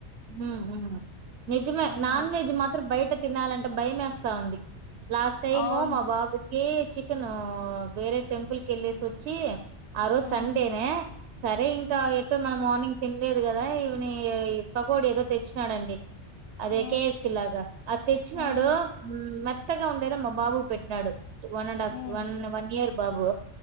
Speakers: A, on the right; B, on the left.
A: హ్మ్ మ్మ్ నిజమే
B: ఉమ్
A: నాన్ వెజ్ మాత్ర బయట తినాలంటే భయం వేస్తో ఉంది లాస్ట్ టైమ్
B: అవును
A: మా బాబు కే చికెన్ వేరే టెంపుల్ క వెళ్ళేసి వచ్చి ఆ రోజు
B: ఉమ్
A: సండేనే సరే ఇంకా ఎటో మనం మార్నింగ్ తినలేదు కదా ఈవిని పగడి ఏదో తెచ్చినాడంండి అదే
B: ఉమ్
A: కెఎఫ్‌సి లాగా అదే తెచ్చి నాడు
B: ఉమ్
A: మ కొత్తగా ఉండేదో మా బాబు పెట్టినాడు one and half
B: um
A: one one year బాబు